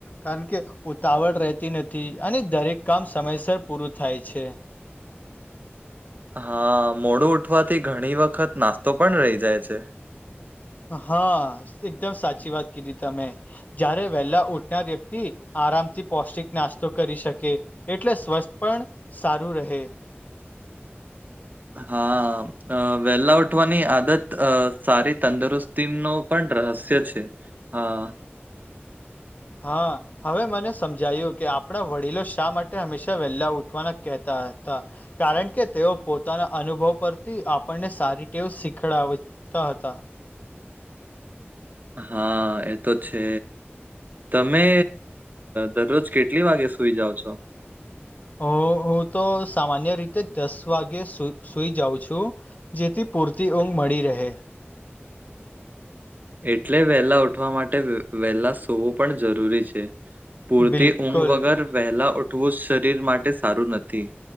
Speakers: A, on the left; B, on the right.
A: કારણ કે ઉતાવળ રહેતી નથી અને દરેક કામ સમયસર પૂરું થાય છે.
B: હા મોડું ઉઠવાથી ઘણી વખત નાસ્તો પણ રહી જાય છે.
A: હા એકદમ સાચી વાત કીધી તમે. જયારે વહેલા ઉઠનાર વ્યક્તિ આરામથી પૌષ્ટિક નાસ્તો કરી શકે એટલે સ્વસ્થ પણ સારું રહે.
B: હા. અ વેલા ઉઠવાની આદત સારી તંદુરસ્તી નો પણ રહસ્ય છે. હા.
A: હા. હવે મને સમજાયું કે આપણા વડીલો શા માટે હંમેશા વહેલા ઉઠવાના કહેતા હતા. કારણ કે તેઓ પોતાના અનુભવ પરથી આપણને સારી ટેવ શીખડાવે તો હતા
B: હા એ તો છે. તમે દરરોજ કેટલી વાગે સુઈ જાઓ છો.
A: હ હું તો સામાન્ય રીતે દસ વાગે સુ સુઈ જાઉં છું જેથી પૂરતી ઊંઘ મળી રહે.
B: એટલે વહેલા ઉઠવા માટે વહેલા સોવું પણ જરૂરી છે. પૂરતી
A: બિલકુલ
B: ઊંઘ વગર વહેલા ઉઠવું શરીર માટે સારું નથી